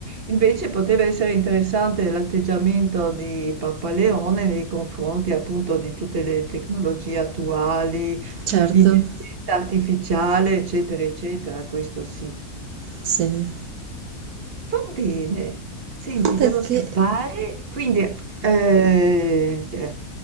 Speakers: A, on the right; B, on the right.
A: Invece poteva essere interessante l'atteggiamento di Papa Leone nei confronti appunto di tutte le tecnologie attuali,
B: Certo,
A: L'intelligenza artificiale, eccetera, eccetera, questo sì.
B: sì,
A: Va bene. Senti, devo
B: perché
A: scappare, quindi eh, cioè,